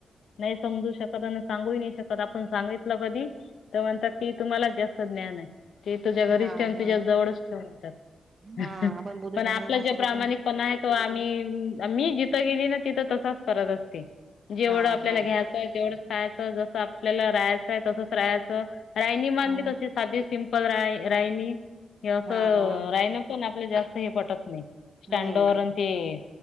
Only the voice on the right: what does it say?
हा
हा
हा आपण बोलू
शकत
नाही ना असं कुठं
हा
हा
हा
हा हा
नाही
नाही